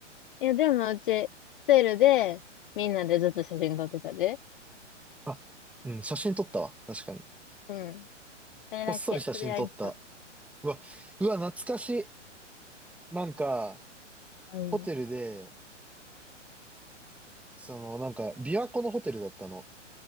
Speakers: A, on the left; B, in the centre.
A: いや、でもうち、ホテルで、みんなでずっと写真撮ってたで。
B: あ、うん、写真撮ったわ。確かに。
A: うん。それだけ。
B: こっそり写真撮った。
A: それはいいんか。
B: うわ、うわ、懐かしい。なんか、
A: うん。
B: ホテルで、その、なんか、琵琶湖のホテルだったの。